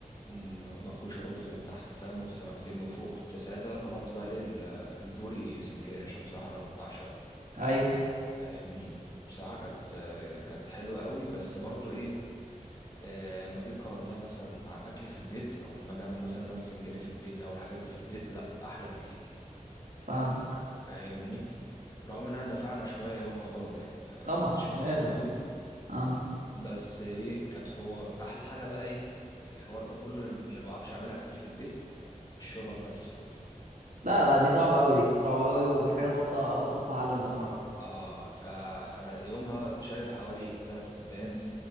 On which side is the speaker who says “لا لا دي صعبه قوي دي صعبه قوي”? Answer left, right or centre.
Right